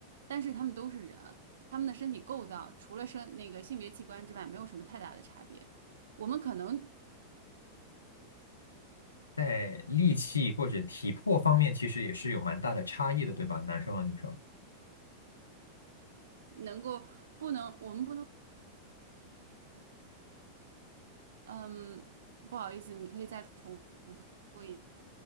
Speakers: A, on the right (about 65°); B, on the left (about 75°).
A: 但是他们都是人，他们的身体构造除了生那个性别器官之外，没有什么太大的差别。我们可能
B: 在力气或者体魄方面，其实也是有蛮大的差异的，对吧？男生和女生。
A: 能够不能，我们不能，嗯，不好意思，你可以再重复一